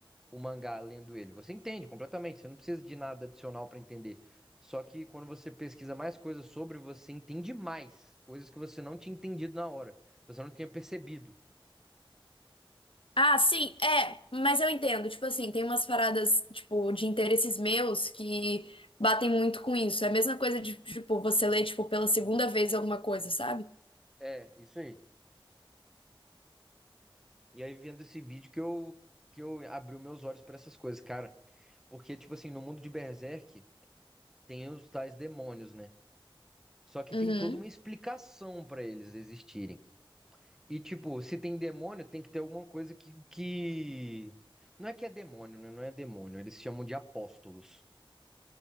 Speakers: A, in the centre; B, on the left.
A: o mangá lendo ele. Você entende completamente, você não precisa de nada adicional para entender. Só que quando você pesquisa mais coisas sobre, você entende mais coisas que você não tinha entendido na hora, você não tinha percebido.
B: Ah, sim, é, mas eu entendo. Tipo assim, tem umas paradas, tipo, de interesses meus que batem muito com isso. É a mesma coisa de, tipo, você ler, tipo, pela segunda vez alguma coisa, sabe?
A: É, isso aí. E aí vendo esse vídeo que eu que eu abri os meus olhos para essas coisas, cara, porque tipo assim, no mundo de Berserk tem os tais demônios, né? Só que
B: Uhum,
A: tem toda uma explicação para eles existirem. E, tipo, se tem demônio, tem que ter alguma coisa que, que... Não é que é demônio, né? Não é demônio. Eles chamam de apóstolos.